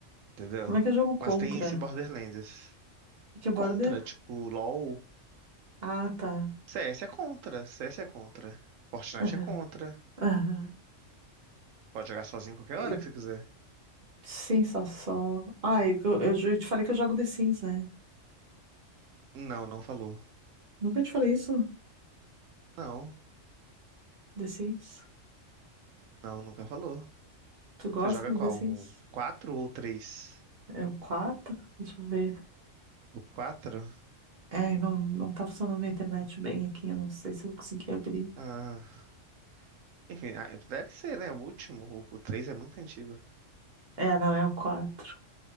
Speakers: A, on the right; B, on the right.
A: entendeu?
B: Como é que é jogo contra?
A: Mas tem esse Borderlands.
B: E que é
A: Contra,
B: border?
A: tipo, LoL.
B: Ah, tá.
A: CS é contra, CS é contra. Fortnite
B: Aham,
A: é contra.
B: aham.
A: Pode jogar sozinho qualquer
B: E-
A: hora que você quiser.
B: Sensação. Ai, eu, eu ju- eu te falei que eu jogo The Sims, né?
A: Não, não falou.
B: Nunca te falei isso?
A: Não,
B: The Sims?
A: não, nunca falou.
B: Tu gosta
A: Você joga
B: do
A: qual?
B: The Sims?
A: O 4 ou o 3?
B: É o quatro Deixa eu ver.
A: O 4.
B: É, não, não tá funcionando minha internet bem aqui. eu Não sei se eu consegui abrir.
A: Ah, enfim, ah, deve ser, né? O último. O o 3 é muito antigo.
B: É, não, é o quatro